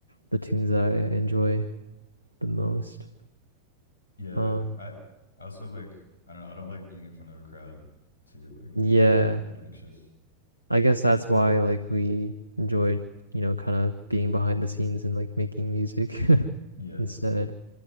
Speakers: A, on the left; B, on the left.
A: the tunes that I enjoy the most.
B: Yeah,
A: Um
B: I I also like I don't know, I don't like being in front of a crowd too. Like it
A: yeah.
B: makes me mad anxious.
A: I guess that's why like we enjoyed, you know, kind of being behind the scenes and like making music <laughs>
B: Yeah.
A: instead.